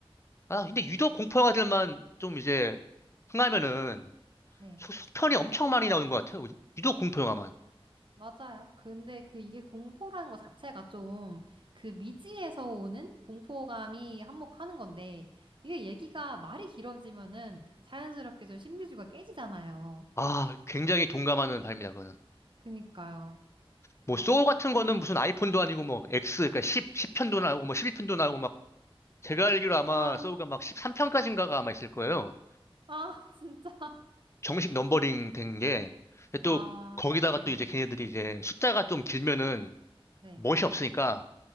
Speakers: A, on the left; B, on the right.
A: 아, 근데 유독 공포 영화들만 좀 이제, 흥하면은,
B: 네.
A: 소- 속편이 엄청 많이 나오는 것 같아요. 유독 공포 영화만.
B: 맞아요. 근데 그 이게 공포라는 것 자체가 좀 그 미지에서 오는 공포감이 한몫하는 건데 이게 얘기가 말이 길어지면은 자연스럽게 좀 신비주의가 깨지잖아요.
A: 아, 굉장히 동감하는 바입니다, 그거는.
B: 그니까요.
A: 뭐,
B: 아,
A: 소울 같은 거는 무슨 아이폰도 아니고, 뭐, X, 그러니까 10, 10편도 나오고, 뭐, 12편도 나오고, 막, 제가 알기로 아마
B: 아,
A: 소울가 막 13편까지인가가 아마 있을 거예요.
B: 아, 진짜.
A: 정식 넘버링 된 게. 근데 또,
B: 아,
A: 거기다가
B: 네,
A: 또 이제 걔네들이 이제 숫자가 좀 길면은
B: 네.
A: 멋이 없으니까,